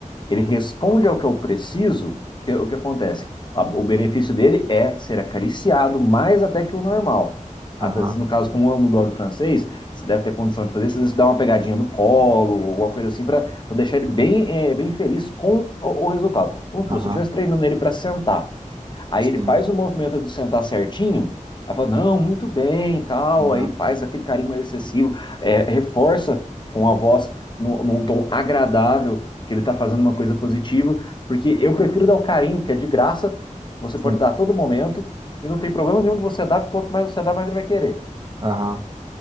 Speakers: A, on the left; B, on the right.
A: ele responde ao que eu preciso, que- é o que acontece? A- o benefício dele é ser acariciado mais até que o normal. Às
B: Aham.
A: vezes, no caso, como eu amo o dog francês, você deve ter condição de fazer isso, às vezes dá uma pegadinha no colo, alguma coisa assim, para deixar ele bem, eh, bem feliz com o, o resultado. Vamos supor,
B: Aham.
A: se eu estivesse treinando ele para sentar, aí
B: Sim.
A: ele faz o movimento de sentar certinho, aí fala, não, muito bem, tal,
B: Aham.
A: aí faz aquele carinho mais excessivo, eh, reforça com a voz num, num tom agradável que ele está fazendo uma coisa positiva, porque eu prefiro dar o carinho, porque é de graça, você
B: Sim,
A: pode dar a todo momento, e não tem problema nenhum de você dar, porque quanto mais você dá, mais ele vai querer.
B: aham.